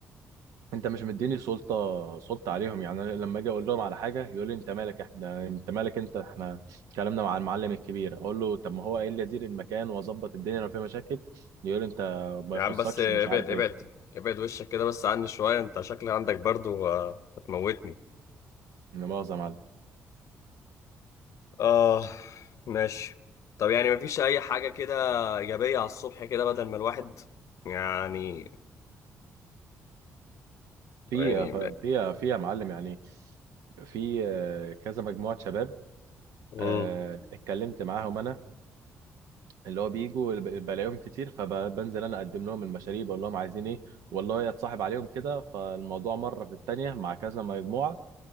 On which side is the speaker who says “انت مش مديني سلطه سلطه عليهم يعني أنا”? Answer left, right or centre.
Right